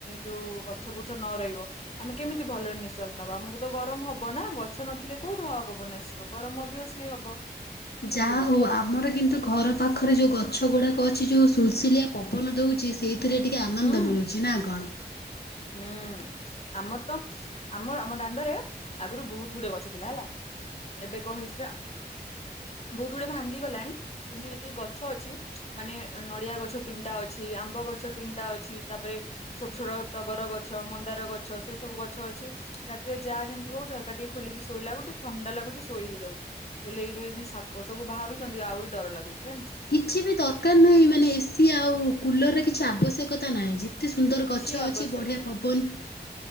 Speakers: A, on the left; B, on the left.
A: ଯୋଉ ଗଛ ବୁଛ ନ ରହିବ ଆମେ କେମିତି ଭଲରେ ନିଶ୍ୱାସ ନବା ଆମକୁ ତ ଗରମ ହବ ନା ଗଛ ନଥିଲେ କୋଉଠୁ ହାୱା ପବନ ଆସିବ ଗରମ ଅଭିୟସଲି ହବ। ବୁଝିଲୁ
B: ଯାହା ହଉ ଆମର କିନ୍ତୁ ଘର ପାଖରେ ଯୋଉ ଗଛ ଗୁଡା କରି ଚି ଯୋଉ ସୁଲସୁଳିଆ ପବନ ଦଉଛି। ଏଥିରେ ଟିକେ ଆନନ୍ଦ
A: ହୁଁ।
B: ମିଳୁଛି ନା କଣ?
A: ହୁଁ ଆମର ତ ଆମ ଆମ ଦାଣ୍ଡରେ ଆଗରୁ ବହୁତ ଗୁଡଏ ଗଛ ଥିଲା ହେଲା ଏବେ କଣ ହେଇଛି ବହୁତ ଗୁଡେ ଭାଙ୍ଗି ଗଲାଣି କିନ୍ତୁ ଯେତିକି ଗଛ ଅଛି ମାନେ ନଡିଆ ଗଛ ତିନିଟା ଅଛି ଆମ୍ବ ଗଛ ତିନିଟା ଅଛି ତାପରେ ଛୋଟ ଛୋଟ ଟଗର ଗଛ ମନ୍ଦାର ଗଛ ସେ ସବୁ ଗଛ ଅଛି ରାତିରେ ଯାହା ଯେମିତି ହଉ ଝରକା ଟିକେ ଖୋଲିକି ଶୋଇଲାୁ ଟିକେ ଥଣ୍ଡା ଲାଗୁଛି ଶୋଇ ହେଇଯାଉଛି ହେଲେ ଏଇ ଯୋଉ ସାପ ସବୁ ବାହାରୁଛନ୍ତି ଆହୁରି ଡର ଲାଗୁଛି ଜାଣିଛୁ।
B: କିଛି ବି ଦରକାର ନାହିଁ ମାନେ ଏସିି ଆଉ କୁଲରର କିଛି ଆବଶ୍ୟକତା ନାହିଁ ଯେ ଏତେ ସୁନ୍ଦର
A: କିଛି
B: ଗଛ
A: ଆବଶ୍ୟକ
B: ଅଛି ବଢିଆ
A: ନାହିଁ
B: ପବନ